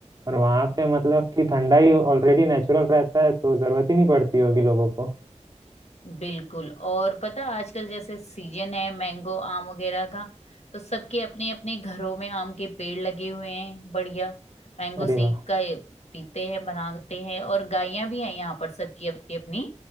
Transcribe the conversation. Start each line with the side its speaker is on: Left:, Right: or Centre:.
Right: और वहाँ पे मतलब कि ठंडा ही ऑलरेडी नेचुरल रहता है तो जरूरत ही नहीं पड़ती होगी लोगों को
Left: बिल्कुल और पता आजकल जैसे सीजन है मैंगो आम वगैरह का तो सबके अपने अपने घरों में आम के पेड़ लगे हुए हैं बढ़िया मैंगो
Right: अरे
Left: शेक
Right: वाह
Left: का ये पीते हैं बनाते हैं और गायें भी हैं यहाँ पर सबकी अपनी अपनी